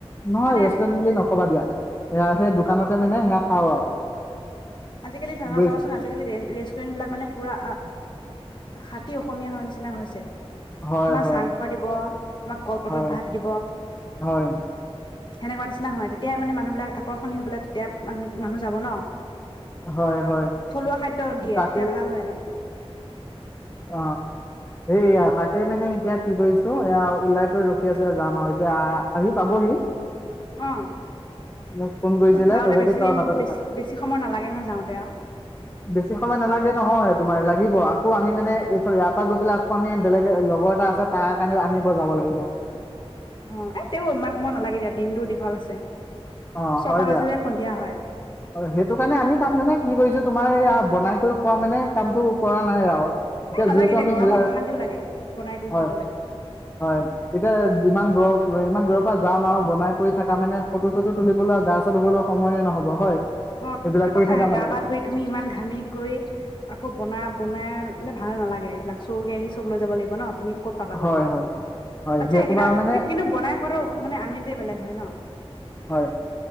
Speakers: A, on the left; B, on the left.
A: নহয়
B: মানে
A: ৰেষ্টুৰেন্ট বুলি নকবা দিয়া, সেয়া সেই দোকানত। মানে সেয়া খাওঁ আৰু।
B: আজিকালি চা-চাবাচোন
A: বুজিছা
B: আজালি ৰেষ্টুৰেন্টবিলাক মানে পুৰা খাটি অসমীয়া হোৱা নিচিনা হৈছে।
A: হয়
B: তোমাক
A: হয়
B: চাং পা দিব, তোমাক কলপাতত
A: হয়
B: ভাত দিব।
A: হয়
B: সেনেকুৱা নিচিনা হয় তেতিয়া মানে মানুহবিলাক আকৰ্ষণীয় হৈ পাই তেতিয়া মানুহ যাব ন'।
A: হয় হয়
B: থলুৱা খাদ্য দিয়ে
A: তাকেই
B: তেতিয়া ভাল হয় ন'।
A: অ', সেইয়া তাকে মানে এয়া কি কৰিছো এয়া ওলাই গৈ ৰখি আছো যাম আৰু এতিয়া আহ আহি পাবহি।
B: অ
A: মোক ফোন কৰিছিলে
B: যাওঁতে
A: <unintelligible>
B: বেছি
A: তই
B: টাইম
A: বাটতে
B: বেছি
A: থাক,
B: বেছি সময় নালাগে নহয় যাওঁতে আৰু
A: বেছি সময় নালাগে নহয় তোমাৰ লাগ <unintelligible> আকৌ আমি মানে এইফালে ইয়াৰ পৰা গৈ পেলাই আকৌ আমি বেলেগ লগৰ এটা আছে তাৰ কাৰণেও আনিব যাব লাগিব।
B: অ, এ তেওঁ ইমান সময় নালাগে দিয়া দিনটো দীঘল আছে।
A: অ
B: ছটা
A: হয়
B: বাজিলে
A: দিয়া
B: সন্ধিয়া হয়।
A: অ, এই সেইটো কাৰণে আমি তাত মানে কি কৰিছো তোমাৰ এইয়া বনাই কৰি খোৱা মানে কামটো কৰা নাই আৰু। এতিয়া
B: এ নালাগে
A: যিহেতু
B: দিয়া
A: আমি
B: গৰমত
A: <unintelligible>
B: অশান্তিও লাগে বনাই কৰি
A: হয়-
B: খাবলৈ
A: হয় এতিয়া যিমান <unintelligible> <unintelligible> ইমান দূৰৰ পৰা যাম আৰু বনাই কৰি থাকা মানে ফটো-চটো তুলিবলৈ গা চা ধুবলৈ সময়ে নহব হয়?
B: অ,
A: সেইবিলাক
B: আক
A: কৰি
B: থা
A: থাকা
B: গা
A: মানে
B: পা ধুই তুমি ইমান ঘামি কৰি আকৌ বনা- বনাই <unintelligible> ভালে নালাগে এইবিলাক চওকে আহিব লৈ যাব লাগিব ন' তুমি ক'ত পাবাগৈ
A: হয়
B: এনেকে
A: হয় হয়
B: আচছা
A: সেই
B: সেইকেইটা
A: সোপা মানে
B: এই কিন্তু বনাই খোৱাটো মানে আমেজেই বেলেগ হয় ন?
A: হয়